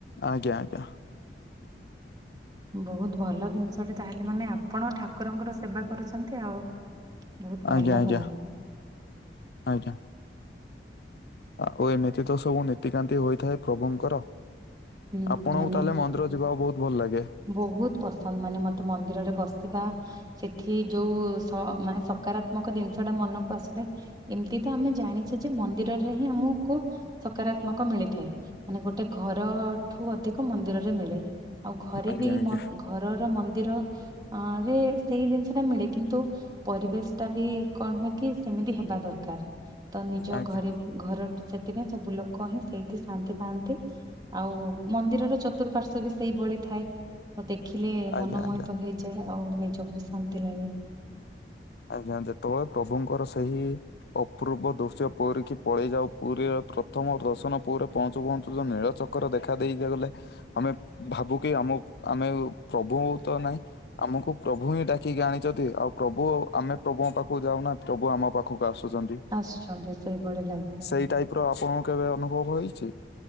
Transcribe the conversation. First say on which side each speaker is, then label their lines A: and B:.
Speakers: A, on the left; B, on the right.
A: ଆଜ୍ଞା ଆଜ୍ଞା।
B: ବହୁତ ଭଲ ଜିନିଷଟା ତାହେଲେ ମାନେ ଆପଣ ଠାକୁରଙ୍କର ସେବା କରୁଛନ୍ତି ଆଉ। ବହୁତ ଭଲ
A: ଆଜ୍ଞା ଆଜ୍ଞା
B: ତାହେଲେ
A: ଆଜ୍ଞା। ଆଉ ଏମିତି ତ ସବୁ ନୀତିକାନ୍ତି ହୋଇଥାଏ ପ୍ରଭୁଙ୍କର।
B: ହୁଁ
A: ଆପଣଙ୍କୁ
B: ମାନେ
A: ତାହେଲେ ମନ୍ଦିର ଯିବାକୁ ବହୁତ ଭଲ ଲାଗେ?
B: ବହୁତ ପସନ୍ଦ ମାନେ ମତେ ମନ୍ଦିରରେ ବସିବା ସେଠି ଯୋଉ ସ ମାନେ ସକାରାତ୍ମକ ଜିନିଷ ଟା ମନକୁ ଆସୁଥାଏ ଏମିତି ତ ଆମେ ଜାଣିଛେ ଯେ ମନ୍ଦିରରେ ହିଁ ଆମକୁ ସକାରାତ୍ମକ ମିଳିଥାଏ ମାନେ ଗୋଟେ ଘରଠୁ ଅଧିକ ମନ୍ଦିରରେ ମିଳେ ଆଉ ଘରେ
A: ଆଜ୍ଞା
B: ବି
A: ଆଜ୍ଞା
B: ମ ଘରର ମନ୍ଦିରରେ ସେଇ ଜିନିଷ ଟା ମିଳେ କିନ୍ତୁ ପରିବେଶ ଟା ବି କଣ ହୁଏ କି ସେମିତି ହେବା ଦରକାର ତ ନିଜ
A: ଆଜ୍ଞା
B: ଘରେ ଘର ସେଥିପାଇଁ ସବୁ ଲୋକ ହିଁ ସେଇଠି ଶାନ୍ତି ପାଆନ୍ତି ଆଉ ମନ୍ଦିରର ଚତୁଃପାର୍ଶ୍ଵ ବି ସେଇଭଳି ଥାଏ, ତ ଦେଖିଲେ
A: ଆଜ୍ଞା
B: ମନ
A: ଆଜ୍ଞା।
B: ମୋହିତ ହେଇ ଯାଏ, ଆଉ ନିଜକୁ ବି ଶାନ୍ତି ଲାଗେ।
A: ଆଜ୍ଞା, ଯେତବଳେ ପ୍ରଭୁଙ୍କର ସେହି ଅପୂର୍ବ ଦୃଶ୍ୟ ପୁରୀ କି ପଳେଇଯାଉ ପୁରୀର ପ୍ରଥମ ଦର୍ଶନ ପୁରୀରେ ପହଞ୍ଚୁ-ପହଞ୍ଚୁ ଯେ ନୀଳଚ କ୍ର ଙ୍କର ଦେଖା ଦେଇ ଗଲେ ଆମେ ଭାବୁ କି ଆମ ଆମେ ପ୍ରଭୁ ତ ନାହିଁ। ଆମକୁ ପ୍ରଭୁ ହିଁ ଡାକିକି ଆଣିଚତି, ଆଉ ପ୍ରଭୁ ଆମେ ପ୍ରଭୁଙ୍କ ପାଖକୁ ଯାଉନା ପ୍ରଭୁ ଆମ ପା ଖକୁ ଆସୁଚନ୍ତି,
B: ଆସୁଛନ୍ତି ସେଇଭଳି ଲାଗେ।
A: ସେଇ ଟାଇପ୍ ର ଆପଣଙ୍କୁ କେବେ ଅନୁଭବ ହେଇଚି?